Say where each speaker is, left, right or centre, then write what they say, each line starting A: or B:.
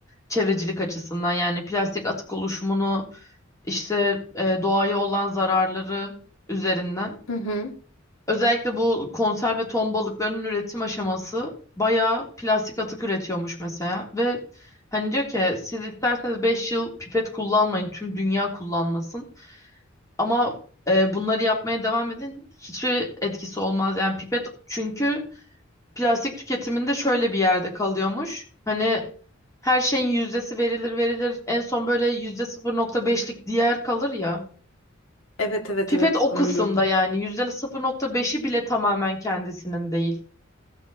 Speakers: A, on the left; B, on the left.
A: çevrecilik açısından. Yani plastik atık oluşumunu işte e, doğaya olan zararları üzerinden.
B: Hı hı.
A: Özellikle bu konserve ton balıklarının üretim aşaması bayağı plastik atık üretiyormuş mesela. Ve hani diyor ki siz isterseniz 5 yıl pipet kullanmayın, tüm dünya kullanmasın. Ama e, bunları yapmaya devam edin hiçbir etkisi olmaz. Yani pipet çünkü plastik tüketiminde şöyle bir yerde kalıyormuş. Hani her şeyin yüzdesi verilir verilir en son böyle yüzde sıfır nokta beşlik diğer kalır ya.
B: Evet evet
A: Pipet
B: evet
A: o
B: anladım.
A: kısımda yani yüzde sıfır nokta beşi bile tamamen kendisinin değil.